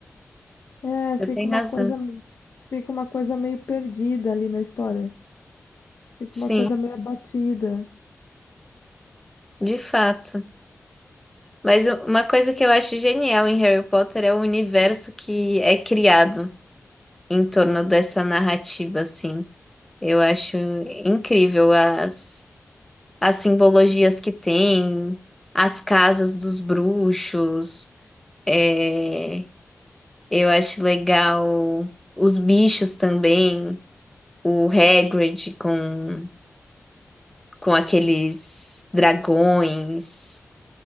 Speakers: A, on the left (about 55°); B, in the centre.
A: É,
B: Você
A: fica
B: tem
A: uma
B: razão.
A: coisa, fica uma coisa meio perdida ali na história. Fica
B: Sim,
A: uma coisa meio abatida.
B: de fato. Mas u- uma coisa que eu acho genial em Harry Potter é o universo que é criado em torno dessa narrativa, assim. Eu acho incrível as, as simbologias que tem, as casas dos bruxos. é, eu acho legal os bichos também, o Hagrid com, com aqueles dragões,